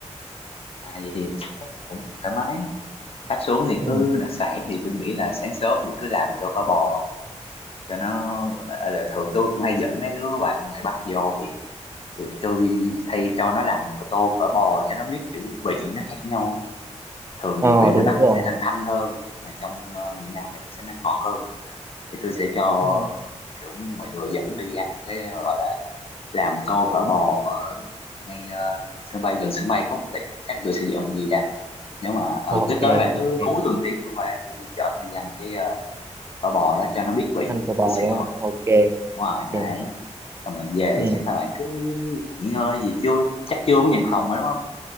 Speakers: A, on the left; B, on the right.
A: À, vậy thì chắc cũng thoải mái đặt xuống thì
B: Ừ.
A: cứ đặc sản thì tôi nghĩ là sáng sớm thì cứ làm tô phở bò cho nó à, là thường tôi cũng hay dẫn mấy đứa bạn ngoài Bắc vô thì kiểu tôi thay cho nó làm cái tô phở bò cho nó biết kiểu vị nó khác nhau á. thường
B: Ờ
A: thì vị
B: đúng
A: ngoài Bắc nó
B: rồi.
A: sẽ thanh thanh hơn mà trong ờ, miền Nam này sẽ nó ngọt hơn thì tôi sẽ cho
B: Ừ.
A: kiểu mọi người dẫn đi ăn cái gọi là làm tô phở bò ở ngay ờ, sân bay gần sân bay có một tiệm chắc tôi sẽ dẫn mình đi ra nếu mà ở
B: Ok,
A: tới tới bạn
B: ok.
A: cứ hú tôi một tiếng tôi qua tôi chở bạn đi ăn cái ờ, phở bò đó cho nó biết vị
B: Ăn phở bò
A: vị Sài
B: đúng
A: Gòn
B: không? Ok.
A: đúng rồi này
B: ok.
A: xong rồi về
B: Ừ.
A: thì chắc là bạn cứ nghỉ ngơi gì chưa chắc chưa mới nhận phòng mà đúng không